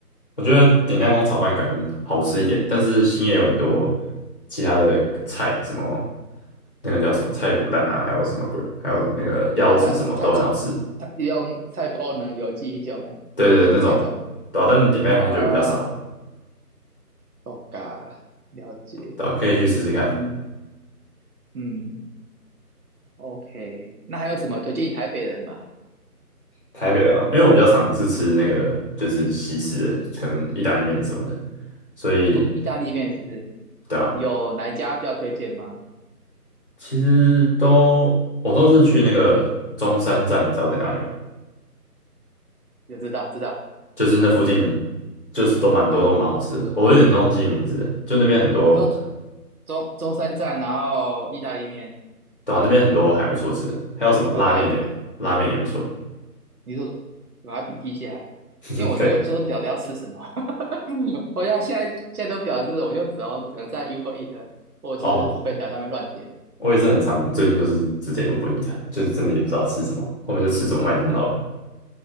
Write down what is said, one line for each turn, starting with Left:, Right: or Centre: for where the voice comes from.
Left: 我觉得鼎泰丰炒饭可能好吃一点，但是兴业有很多其他的菜，什么那个叫什么菜脯蛋啊，还有什么鬼，还有那个腰子什么都很好吃。
Right: 哦，菜菜菜菜，用菜包能油记一种诶，
Left: 对对对，那种
Right: 哪一种？
Left: 对啊，但鼎泰丰就比较少啊，
Right: 哦，哦嘎，了解。
Left: 对啊，可以去试试看。
Right: 嗯嗯，OK。那还有什么推荐你台北人吗？
Left: 台北的哦因为我比较常是吃那个就是西式的，可能意大利面什么的，所以
Right: 哦，意大利面是不是？
Left: 对啊，
Right: 有哪一家比较推荐吗？
Left: 其实都我都是去那个中山站，你知道在哪里吗？
Right: 有知道知道。
Left: 就是那附近就是都蛮多都蛮好吃的，我有点忘记名字了，就那边很多，
Right: 你说中中山站，然后意大利面，
Left: 对啊，那边很多还不错吃的，
Right: 好啊，我
Left: 还有什么拉面也拉面也不错，
Right: 我赶快笔，你说赶快笔记下来，因为我有时候都不晓得要吃什么，
Left: 嗯，可以
Right: <laughs> 我要现在现在都不晓得吃什么，我就只能只能在 Uber Eat 或者是
Left: 哦，
Right: Foodpanda 上面乱点。
Left: 我也是很常最近都是直接五 b 一的，就是真的也不知道吃什么，后面就吃什么麦当劳了，